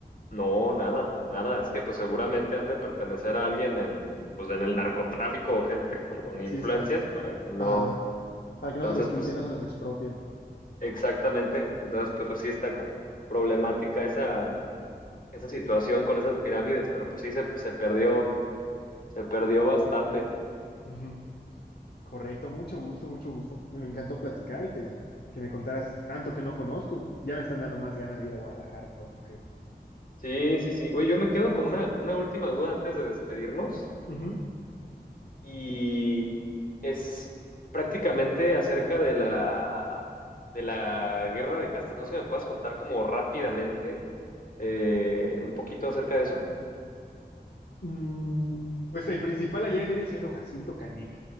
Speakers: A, on the left (about 55°); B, on the left (about 70°).
A: No, nada, nada. Es que pues seguramente han de pertenecer a alguien en, pues en el narcotráfico o gente como con influencias
B: Chispas,
A: para que no.
B: ajá, para que
A: Entonces,
B: no se los quiten,
A: pues
B: no se los expropien.
A: Exactamente. Entonces, pues, pues sí está como problemática esa, esa situación con esas pirámides, pero pues sí se, se perdió, se perdió bastante.
B: Ujú. Correcto, mucho gusto, mucho gusto. Me, me encantó platicar y que me, que me contaras tanto que no conozco. Ya me están dando más ganas de ir a Guadalajara pronto, Jair.
A: Sí, sí, sí. Oye, yo me quedo con una, una última duda antes de despedirnos
B: Ujú.
A: y es prácticamente acerca de la, de la guerra de castas. No sé si me puedas contar como rápidamente eh, un poquito acerca de eso.
B: Mm, pues el principal allá viene siendo Jacinto Canek.